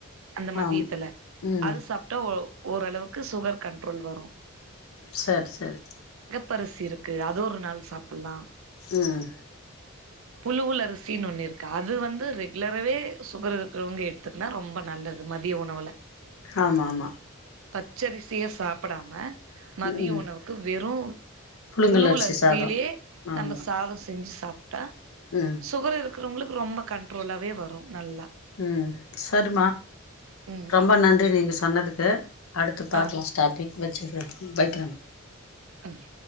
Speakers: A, on the right; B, on the left.
A: அந்த மதியத்துல
B: ஆம் ம்
A: அது சாப்டா ஒ ஓரளவுக்கு சுகர் கண்ட்ரோல் வரு
B: சர் சர்
A: பரிசி இருக்கு அது ஒரு நாள் சாப்புல்லாம்
B: ம்
A: புழுவுல அரிசின் ஒன்னு இருக்கா அது வந்து ரெகுலராகவே சுகர் இருக்குறவங்க எடுத்துக்குனா ரொம்ப நல்லது மதிய உணவுல
B: ஆமா ஆமா
A: பச்சரிசிய சாப்படாம மதிய
B: ம் ம்.
A: உணவுக்கு வெறு
B: புழுங்கல்
A: புழுவுல
B: அரிசி
A: அரிசிலயே
B: சாதோ ஆமா
A: நம்ப சாதோ செஞ்சுஸ் தப் டா
B: ம்
A: சுகர் இருக் இருக்குறவங்களுக்கு ரொம்ப கண்ட்ரோலாவே வரு நல்லா
B: ம் சடுமா
A: ம்
B: ரொம்ப நன்றி நீங்க சொன்னதுக்கு அடுத்து பாக்கலா
A: ஆ
B: ஸ்டாபிக் வெச்சுர்ற வைக்கிற
A: அம்